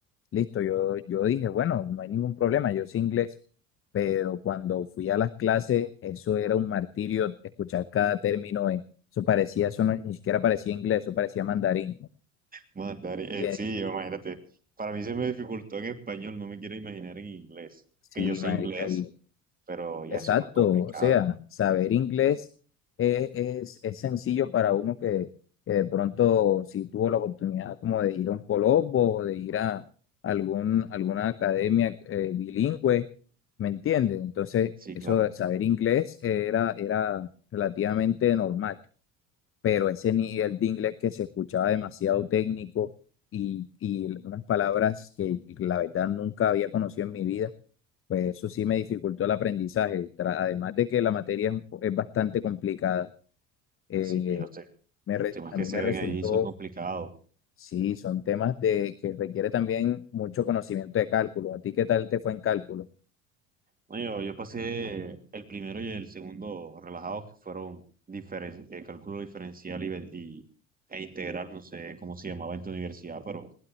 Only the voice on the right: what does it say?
Mandar, eh,
eh,
sí, imagínate. Para mí se me dificultó en español, no me quiero imaginar en inglés.
Que yo sé
inglés,
pero ya
eso es más complicado.
Sí,
claro,
sí, lo sé.
Los temas
que
se
ven
ahí son complicados.
No, yo, yo pasé el primero y el segundo relajados, que fueron diferen- eh, cálculo diferencial y, ve- y- e integral, no sé cómo se llamaba en tu universidad, pero